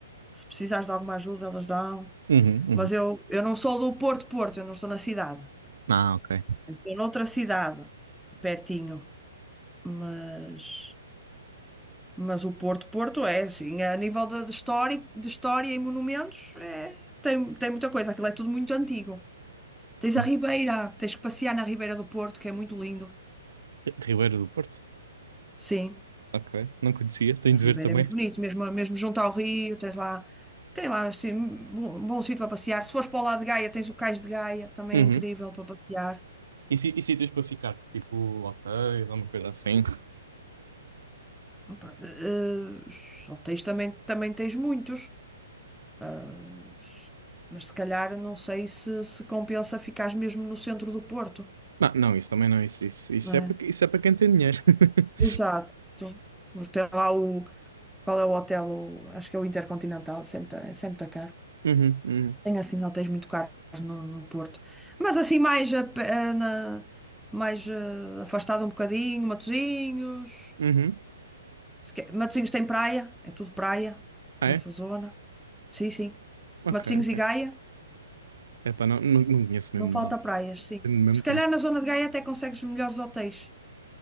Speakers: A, in the centre; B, on the right (about 70°).
A: se precisares de alguma ajuda, elas dão.
B: Uhum, uhum.
A: Mas eu, eu não sou do Porto, Porto, eu não estou na cidade.
B: Ah, ok.
A: Eu Estou noutra cidade, pertinho. Mas, mas o Porto, Porto é assim, a nível de, de história, de história e monumentos, é, tem, tem muita coisa, aquilo é tudo muito antigo. Tens
B: Hum.
A: a Ribeira, tens que passear na Ribeira do Porto, que é muito lindo.
B: Ribeiro do Porto?
A: Sim.
B: Ok, não conhecia, tenho
A: A
B: de
A: Ribeira
B: ver também.
A: é muito bonito, mesmo, mesmo junto ao rio, tens lá, tem lá assim, bom, bom sítio para passear. Se fores para o lado de Gaia, tens o Cais de Gaia, também
B: Uhum.
A: é incrível para passear.
B: E, si- e sítios para ficar? Tipo, hotéis, alguma coisa assim?
A: Pronto, eh, hotéis também, também tens muitos, eh, mas se calhar não sei se, se compensa ficares mesmo no centro do Porto,
B: Não, não, isso também não, isso, isso, isso
A: não é?
B: é para, isso é para quem tem dinheiro. <laughs>
A: Exato. Tem lá o, qual é o hotel? O- acho que é o Intercontinental, sempre está sempre tá caro.
B: Uhum, uhum,
A: Tem assim hotéis muito caros no, no Porto. Mas assim mais, a pé- eh, na- mais eh, afastado um bocadinho, Matosinhos.
B: uhum.
A: Se quer- Matosinhos tem praia, é tudo praia
B: Ah,
A: nessa
B: é?
A: zona. Sim, sim.
B: Ok,
A: Matosinhos
B: ok.
A: e Gaia,
B: Epá, não, não, não conheço mesmo
A: não falta
B: nada.
A: praias, sim.
B: Tenho mesmo
A: Se
B: triste.
A: calhar na zona de Gaia até consegues melhores hotéis.